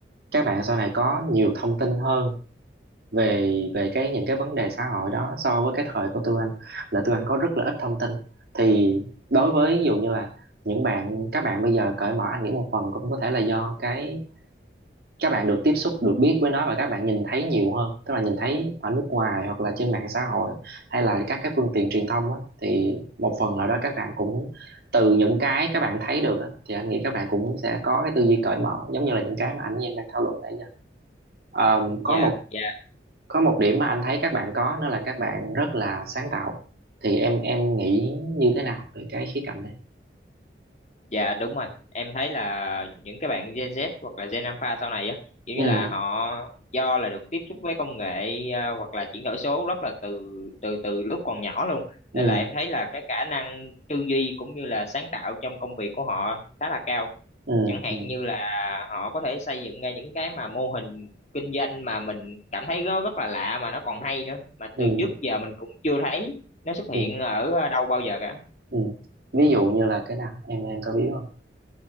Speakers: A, on the right; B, on the left.
A: các bạn sau này có nhiều thông tin hơn về về cái những cái vấn đề xã hội đó so với cái thời của tụi anh là tụi anh có rất là ít thông tin thì đối với ví dụ như là những bạn các bạn bây giờ cởi mở anh nghĩ một phần cũng có thể là do cái các bạn được tiếp xúc được biết với nó và các bạn nhìn thấy nhiều hơn tức là nhìn thấy ở nước ngoài hoặc là trên mạng xã hội hay là các cái phương tiện truyền thông á thì một phần nào đó các bạn cũng từ những cái các bạn thấy được á thì anh nghĩ các bạn cũng sẽ có cái tư duy cởi mở giống như là những cái mà anh với em đang thảo luận nãy giờ Ờm, có
B: dạ
A: một
B: dạ
A: có một điểm mà anh thấy các bạn có đó là các bạn rất là sáng tạo thì em em nghĩ như thế nào về cái khía cạnh này
B: dạ đúng rồi em thấy là những cái bạn Gen Z hoặc là Gen Alpha sau này á kiểu
A: ừ
B: như là họ do là được tiếp xúc với công nghệ à, hoặc là chuyển đổi số rất là từ từ từ lúc còn nhỏ luôn
A: ừ
B: nên là em thấy là cái khả năng tư duy cũng như là sáng tạo trong công việc của họ khá là cao
A: ừ
B: chẳng hạn
A: ừ
B: như là họ có thể xây dựng ra những cái mà mô hình kinh doanh mà mình cảm thấy nó rất là lạ mà nó còn hay nữa mà
A: ừ
B: từ trước giờ mình cũng chưa thấy nó xuất hiện
A: ừ,
B: ở đâu bao giờ cả
A: ừ. ví dụ như là cái nào em em có biết không